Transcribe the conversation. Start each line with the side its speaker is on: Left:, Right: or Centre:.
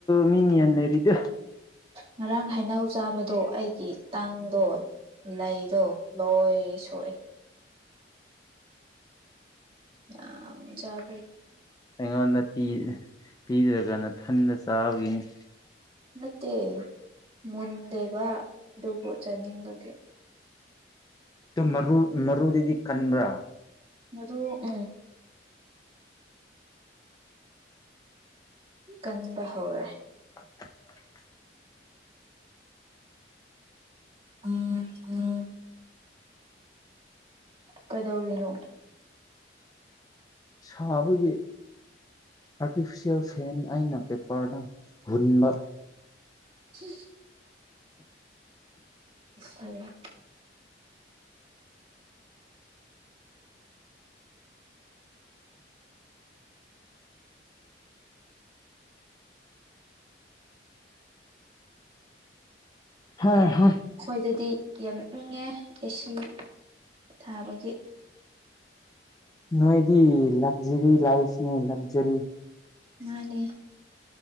Left: ꯃꯤꯅꯤ ꯌꯥꯝꯅ ꯂꯩꯔꯤꯗꯨ
Right: ꯉꯔꯥꯡ ꯍꯩꯅꯧ ꯆꯥꯕꯗꯣ ꯑꯩꯒꯤ ꯇꯥꯡꯗꯣ ꯅꯗꯣ ꯂꯣꯏ ꯁꯣꯛꯑꯦ ꯑ ꯆ
Left: ꯑꯩꯉꯣꯟꯗ ꯄꯤꯗ꯭ꯔꯀꯥꯟꯗ ꯊꯟꯗ ꯆꯥꯕꯒꯤꯅꯤ
Right: ꯅꯠꯇꯦ ꯃꯨꯟꯗꯦꯕ ꯑꯗꯨꯕꯨ ꯆꯥꯅꯤꯡꯕꯒꯦ
Left: ꯇ ꯃꯔꯨ ꯃꯔꯨꯗꯗꯤ ꯀꯟꯕ꯭ꯔꯥ
Right: ꯃꯗꯨ ꯎꯝ ꯀꯟꯕ ꯍꯧꯔꯦ
Left: <unintelligible>
Right: ꯎꯝ ꯎꯝ ꯀꯩꯗꯧꯔꯤꯅꯣ
Left: ꯁꯥꯕꯒꯤ ꯑꯥꯔꯇꯤꯐꯤꯁꯦꯜ ꯐꯦꯟ ꯑꯩꯅ ꯄꯦꯄꯔꯗ ꯍꯨꯟꯕ
Right: ꯎ ꯍꯔ
Left: ꯍꯥ ꯍ
Right: ꯑꯩꯈꯣꯏꯗꯗꯤ ꯌꯥꯝ ꯏꯪꯉꯦ ꯑꯦꯁꯤ ꯊꯥꯕꯒꯤ
Left: ꯅꯣꯏꯗꯤ ꯂꯛꯖꯔꯤ ꯂꯥꯏꯐꯅꯦ ꯂꯛꯖꯔꯤ
Right: ꯃꯥꯅꯦ